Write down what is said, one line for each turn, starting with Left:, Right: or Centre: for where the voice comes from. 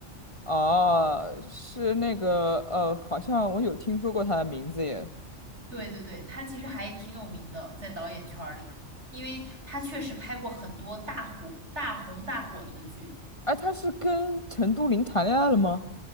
Left: 哦，是那个呃，好像我有听说过他的名字耶。
Right: 对对对，他其实还挺有名的，在导演圈儿里，因为他确实拍过很多大火、大红大火的剧
Left: 哎，他是跟陈都灵谈恋爱了吗？